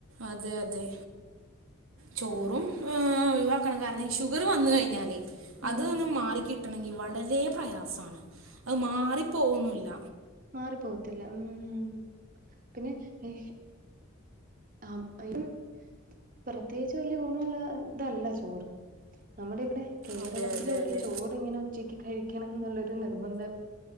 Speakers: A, on the right; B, on the right.
A: അതെ അതെ ചോറും ഏ ഒയിവാക്കണം കാരണംഈ ഷുഗറ് വന്ന് കഴിഞ്ഞാലേയ്
B: ഉം
A: അത് ന്ന് മാറിക്കി കിട്ടണെങ്കിൽ വളരെ പ്രയാസാണ് അത് മാറിപ്പോകൊന്നുല്ല.
B: മാറി പോകത്തില്ല ഉം ഉം പിന്നെ ഈ ആം അയിര് പ്രത്യേകിച്ച് വല്ല്യേ ഗുണള്ള തല്ല ചോറ് നമ്മുടെ ഇവിടെ കേരളത്തിലൊള്ളു
A: അതെ അതെ അതെ
B: ഈ ചോറ് ഇങ്ങനെ ഉച്ചക്ക് കഴിക്കണം എന്നുള്ളൊരു നിർബന്ധം.